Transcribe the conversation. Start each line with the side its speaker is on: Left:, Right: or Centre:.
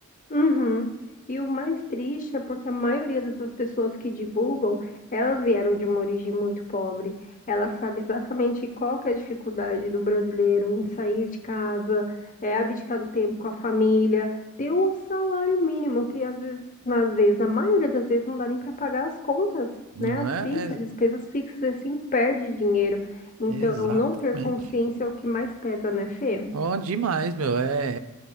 Left: Uhum. E o mais triste é porque a maioria dessas pessoas que divulgam, elas vieram de uma origem muito pobre. Ela sabe exatamente qual que é a dificuldade do brasileiro em sair de casa, é, abdicar do tempo com a família, ter o salário mínimo, que às vezes, às vezes, na maioria das vezes, não dá nem para pagar as contas,
Right: Não
Left: né? As
Right: é,
Left: fixas,
Right: é
Left: as despesas fixas, e assim, perde dinheiro. Então,
Right: Exatamente.
Left: não ter consciência é o que mais pesa, né, Fê?
Right: Oh, demais, meu. É,